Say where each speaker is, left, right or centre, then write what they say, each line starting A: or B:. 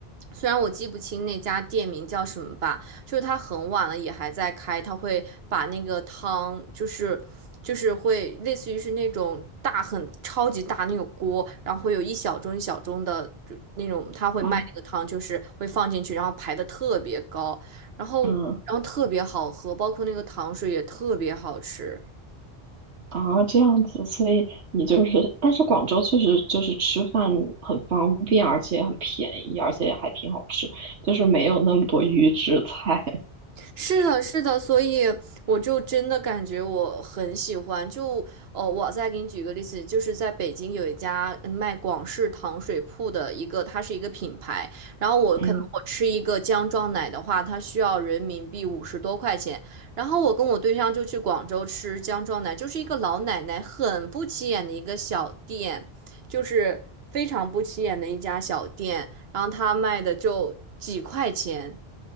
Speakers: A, on the right; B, on the right.
A: 虽然我记不清那家店名叫什么吧。就是它很晚了也还在开，它会把那个汤就是就是会类似于是那种大很超级大那种锅，然后会有一小盅一小盅的就那种，它会卖那个汤，
B: 哦，
A: 就是会放进去，然后排的特别高，然后然后特别好喝，
B: 嗯，
A: 包括那个糖水也特别好吃。
B: 啊，这样子，所以你就是，但是广州确实就是吃饭很方便，而且很便宜，而且还挺好吃，就是没有那么多预制菜。
A: 是的，是的，所以我就真的感觉我很喜欢。就哦，我再给你举个例子，就是在北京有一家嗯卖广式糖水铺的一个，它是一个品牌。然后我可能我吃一个姜撞奶的话，
B: 嗯
A: 它需要人民币五十多块钱。然后我跟我对象就去广州吃姜撞奶，就是一个老奶奶很不起眼的一个小店，就是非常不起眼的一家小店。然后他卖的就几块钱。